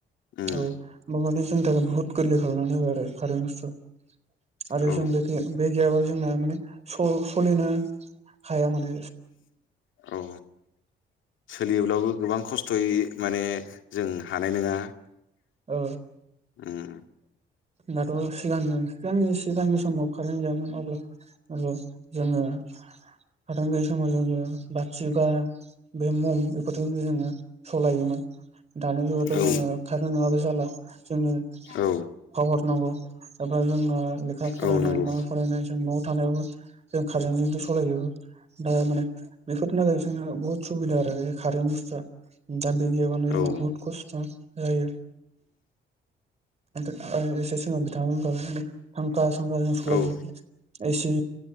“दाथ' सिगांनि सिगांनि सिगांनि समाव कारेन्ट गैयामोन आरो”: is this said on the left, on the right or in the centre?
Right